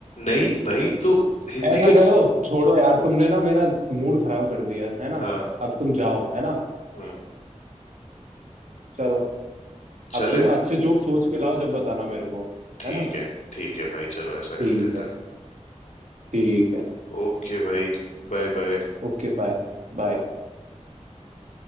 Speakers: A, on the left; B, on the right.
A: नहीं भाई तो हिंदी
B: ऐसा
A: के
B: करो छोड़ो यार तुमने ना मेरा मूड खराब कर दिया है ना
A: हाँ
B: अब तुम जाओ है ना
A: हम्म,
B: चलो
A: चले
B: अब तुम अच्छे जोक सोच के लाओ जब बताना मेरे को
A: ठीक
B: है ना
A: है ठीक है भाई चलो ऐसा
B: ठीक
A: कर लेते
B: है
A: हैं
B: ठीक है
A: ओके भाई बाय बाय
B: Okay bye बाय